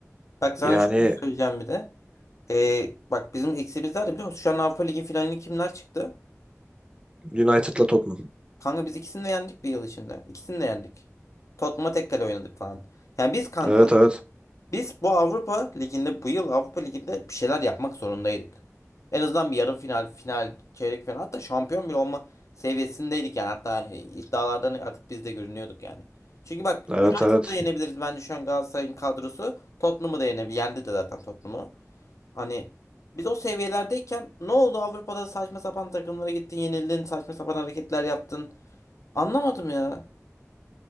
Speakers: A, on the left; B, on the right.
A: Bak sana
B: Yani
A: şunu söyleyeceğim bir de. Ee, bak bizim eksimiz nerede biliyor musun? Şu an Avrupa Ligi finalini kimler çıktı?
B: United'la Tottenham.
A: Kanka biz ikisini de yendik bir yıl içinde. İkisini de yendik. Tottenham'a tek kale oynadık falan. Yani biz kanka
B: Evet evet.
A: Biz bu Avrupa Ligi'nde bu yıl Avrupa Ligi'nde bir şeyler yapmak zorundaydık. En azından bir yarı final, final, çeyrek final hatta şampiyon bile olma seviyesindeydik yani hatta e, iddialardan artık biz de görünüyorduk yani. Çünkü bak
B: Evet
A: United'ı
B: evet.
A: da yenebiliriz bence şu an Galatasaray'ın kadrosu. Tottenham'ı da yenebilir. Yendi de zaten Tottenham'ı. Hani biz o seviyelerdeyken ne oldu Avrupa'da saçma sapan takımlara gittin, yenildin, saçma sapan hareketler yaptın. Anlamadım ya.